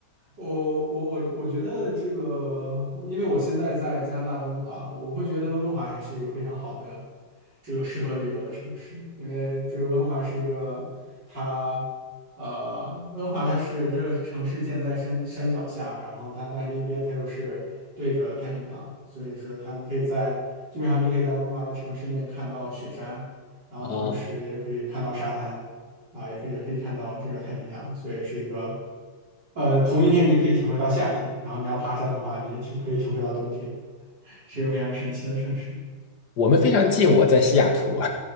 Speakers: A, on the right; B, on the left.
A: 我我我我觉得这个，我因为我现在在加拿大温哥华，我我会觉得温哥华还是一个非常好的这个适合旅游的城市，因为这个温哥华是一个它呃温哥华它是这个城市建在山山脚下，然后它但另一边它又是对着太平洋，所以说它可以在基本上你可以在温哥华的城市内看到雪山，然后同时也可以看到沙滩。
B: 啊。
A: 啊，也可以也可以看到这个太平洋，所以是一个呃，同一天你可以体会到夏天，然后你要爬山的话，你也体可以体会到冬天，是一个非常神奇的城市。
B: 我们非常近，我在西雅图，